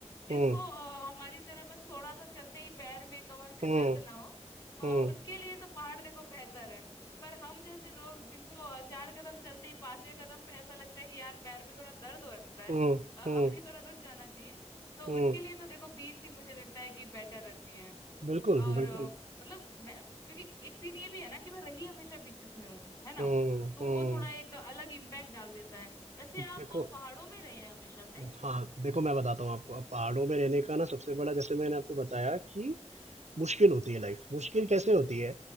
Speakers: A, on the left; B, on the right.
A: जिसको
B: हुँ,
A: अ, हमारी तरह बस थोड़ा सा चलते ही पैर में कमर में
B: हुँ,
A: दर्द ना हो अ,
B: हुँ,
A: उनके लिए तो पहाड़ देखो बेहतर है पर हम जैसे लोग जिनको अ, चार कदम चलते ही पांचवें कदम पे ऐसा लगता है कि यार पैर में थोड़ा दर्द हो रहा है
B: हुँ,
A: अ, अभी
B: हुँ,
A: थोड़ा रुक जाना चाहिए तो
B: हुँ।
A: उनके लिए तो देखो बीच ही मुझे लगता है कि बेटर रहती है
B: बिल्कुल,
A: और
B: बिल्कुल।
A: अ, मतलब मैं क्योंकि एक सीन ये भी है ना कि मैं रही हमेशा बीचेस में हूँ है ना
B: हुँ,
A: तो
B: हुँ।
A: वो थोड़ा एक अलग इम्पैक्ट डाल देता है वैसे आप
B: देखो
A: पहाड़ों में रहे हैं हमेशा से
B: हाँ, देखो मैं बताता हूँ आपको, अब पहाड़ों में रहने का ना सबसे बड़ा जैसे मैंने आपको बताया कि मुश्किल होती है लाइफ़। मुश्किल कैसे होती है